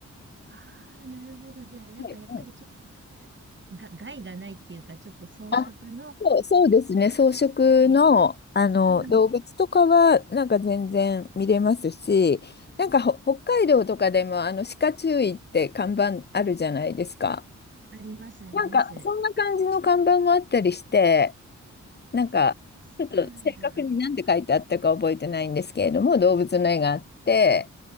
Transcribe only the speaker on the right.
ああ、なるほど。じゃあ、なんかやっぱりちょっと、
うが、害がないっていうか、ちょっと装飾の、
い、
うん、い
あります、あります。
そうなんだ。